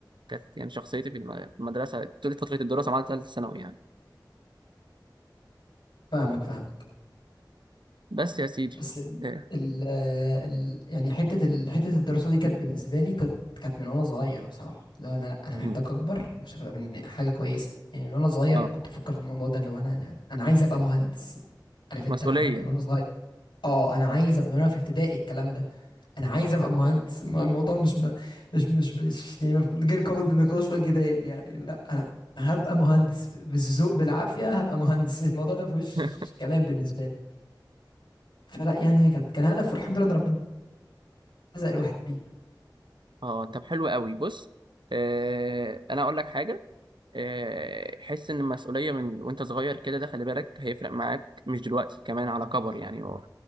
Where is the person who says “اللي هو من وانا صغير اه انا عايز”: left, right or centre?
Left